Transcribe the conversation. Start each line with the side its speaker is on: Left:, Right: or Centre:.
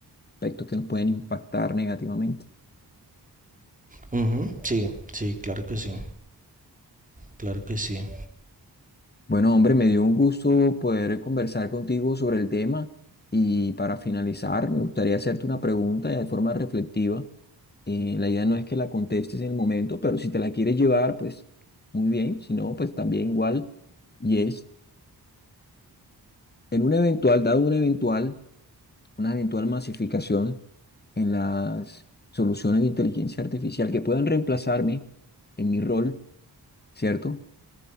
Left: aspectos que nos pueden impactar negativamente.
Right: Ujú, Sí, sí, claro que sí, claro que sí.
Left: Bueno, hombre, me dio un gusto poder conversar contigo sobre el tema y para finalizar me gustaría hacerte una pregunta de forma reflexiva. Eh, la idea no es que la contestes en el momento, pero si te la quieres llevar, pues muy bien, si no, pues también igual. Y es, en un eventual, dado un eventual, una eventual masificación en las soluciones de inteligencia artificial que puedan reemplazarme en mi rol, ¿cierto?